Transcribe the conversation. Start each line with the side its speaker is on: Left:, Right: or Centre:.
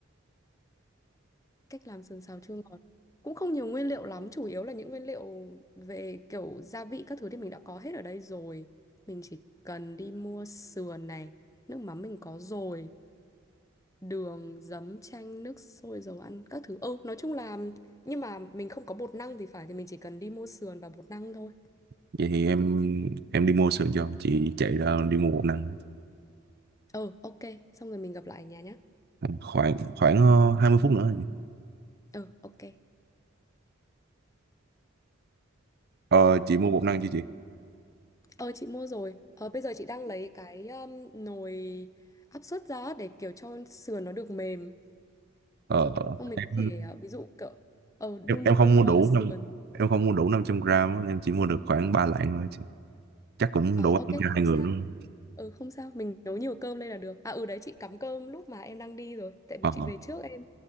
Left: cách làm sườn xào chua ngọt cũng không nhiều nguyên liệu lắm chủ yếu là những nguyên liệu về kiểu gia vị các thứ thì mình đã có hết ở đây rồi mình chỉ cần đi mua sườn này nước mắm mình có rồi đường giấm chanh nước sôi dầu ăn các thứ ừ nói chung là nhưng mà mình không có bột năng thì phải thì mình chỉ cần đi mua sườn và bột năng thôi
Right: vậy thì em em đi mua sườn cho. Chị chạy ra đi mua bột năng.
Left: ừ ok xong rồi mình gặp lại ở nhà nhé
Right: Ừ, Khoảng khoảng ờ, 20 phút nữa. rồi chị.
Left: ừ ok
Right: Ờ, chị mua bột năng chưa chị?
Left: ờ chị mua rồi ờ bây giờ chị đang lấy cái um, nồi áp suất ra để kiểu cho sườn nó được mềm
Right: Ờ,
Left: không mình
Right: em,
Left: có thể ờ, ví dụ cậu ờ đun
Right: em em không
Left: đun
Right: mua
Left: qua
Right: đủ năm
Left: sườn
Right: em không mua đủ 500 gram á, em chỉ mua được khoảng 3 lạng thôi chị. chắc cũng
Left: ờ
Right: đủ
Left: ok
Right: ăn cho
Left: không
Right: hai người
Left: sao
Right: đúng không
Left: ừ không sao mình nấu nhiều cơm lên là được à ừ đấy chị cắm cơm lúc mà em đang đi rồi tại vì
Right: ờ
Left: chị về trước em